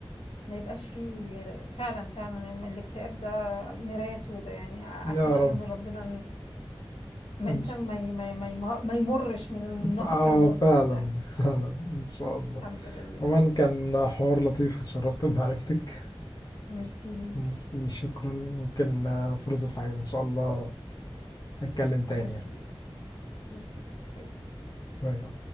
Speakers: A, on the left; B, on the left.
A: ما يبقاش فيه فعلا فعلا يعني الاكتئاب ده ميراث وده يعني
B: يا
A: أتمنى
B: رب
A: من ربنا إن ما
B: إن
A: إنسان
B: ش-
A: ما ي- ما ي- ما ي- ما يمرش من النفق
B: اه
A: المظلم
B: فعلا
A: ده
B: فعلا ان شاء الله
A: الحمد لله
B: عموما كان حوار لطيف وتشرفت بمعرفتك
A: ميرسي ليك
B: ميرسي شكرا ممكن آه، فرصة سعيدة ان شاء الله نتكلم تاني
A: ميرسي
B: يعني
A: ليك ميرسي ليك باي باي
B: باي باي